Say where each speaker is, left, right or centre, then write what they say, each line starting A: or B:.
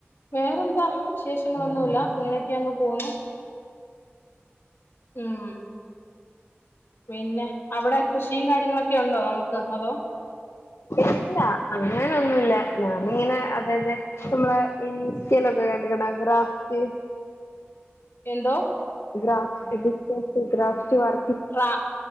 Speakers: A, on the left; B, on the left.
A: വേറെന്താ വിശേഷങ്ങളൊന്നുല്ല ഇങ്ങനെയൊക്കങ്ങ് പോകുന്നു. ഉം പിന്നെ അവടെ കൃഷിം കാര്യങ്ങളൊക്കെണ്ടോ നമുക്ക്? അതോ
B: ഇല്ല അങ്ങനൊന്നുല്ല ഞാനിങ്ങനെ അതായത് നമ്മളാ ഇൻസ്റ്റലൊക്കെ കണ്ട്ക്ക്ണോ ഗ്രാഫ്റ്റ്
A: എന്തോ?
B: ഗ്രാഫ്റ്റ് ഡിസ്റ്റൻസ് ഗ്രാഫ്റ്റ് വർ
A: ക്രാ